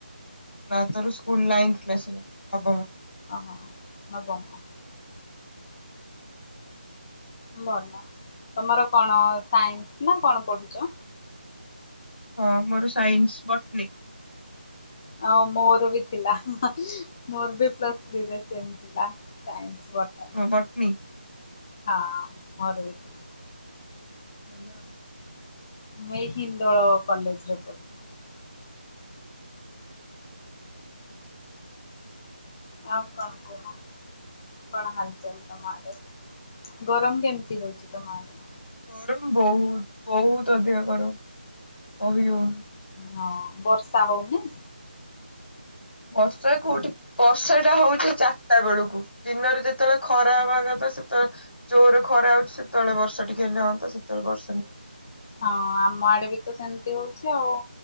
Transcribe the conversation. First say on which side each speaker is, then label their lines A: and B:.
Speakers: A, on the left; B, on the left.
A: ନା ତାର ସ୍କୁଲ ନାଇନ୍ଥ କ୍ଲାସ ହେଲା ନବମ।
B: ଅ ହ ନବମ। ଭଲ ତମର କଣ ସାଇନ୍ସ ନା କଣ ପଢୁଛ?
A: ହଁ ମୋର ସାଇନ୍ସ ବଟନି।
B: ଅ ମୋର ବି ଥିଲା ମୋର ବି ପ୍ଲସ୍ଥ ଥ୍ରୀ ରେ ସେମ୍ ଥିଲା ସାଇନ୍ସ। ବୋଧେ ହଁ।
A: ବଟନୀ।
B: ମୋରବି ଥିଲା
A: <inaudible>
B: ମୁଁ ଏଇ ହିନ୍ଦୋଳ କଲେଜରେ ପଢିଥିଲି। ଆଉ କଣ କୁହ କଣ ହାଲଚାଲ ତମ ଆଡେ ଗରମ କେମିତି ହଉଛି ତମ ଆଡେ?
A: ଗରମ ବହୁତୁ ବହୁତୁ ଅଧିକା ଗରମ? କହିହଉନି।
B: ହଁ ବର୍ଷା ହଉନି?
A: ବର୍ଷା କୋଉଠି ବର୍ଷା ଟା ହଉଛି ଚାରିଟା ବେଳକୁ ଦିନରେ ଯେତେବେଳେ ଖରା ହବାକଥା ସେତେବେଳେ ଜୋରରେ ଖରା ହଉଛି ସେତେବେଳେ ବର୍ଷା ଟିକେ ହେଲେ ହଅନ୍ତା ସେତେବେଳେ ବର୍ଷା ନ
B: ହଁ ଆମ ଆଡେ ବି ତ ସେମିତି ହଉଛି ଆଉ